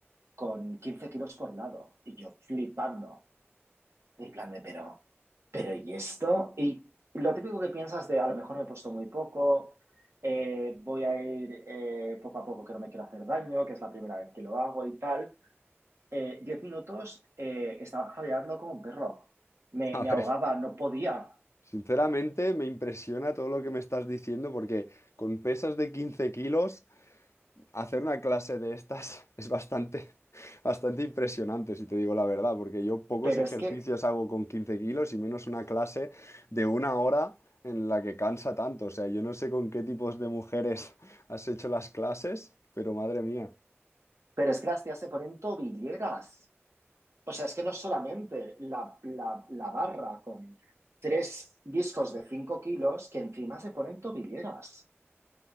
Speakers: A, on the right; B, on the left.
A: con 15 kilos por lado y yo flipando. En plan de, pero, pero ¿y esto? Y lo típico que piensas de, a lo mejor me he puesto muy poco, eh, voy a ir eh, poco a poco que no me quiero hacer daño, que es la primera vez que lo hago y tal. Eh, diez minutos eh, estaba jadeando como un perro. Me,
B: A
A: me ahogaba,
B: ver,
A: no podía.
B: sinceramente me impresiona todo lo que me estás diciendo porque con pesas de 15 kilos Hacer una clase de estas es bastante, <laughs> bastante impresionante, si te digo la verdad, porque yo pocos
A: Pero
B: ejercicios
A: es que,
B: hago con 15 kilos y menos una clase de una hora en la que cansa tanto. O sea, yo no sé con qué tipos de mujeres <laughs> has hecho las clases, pero madre mía,
A: pero es que las tías se ponen tobilleras. O sea, es que no solamente la, la, la barra con tres discos de cinco kilos, que encima se ponen tobilleras.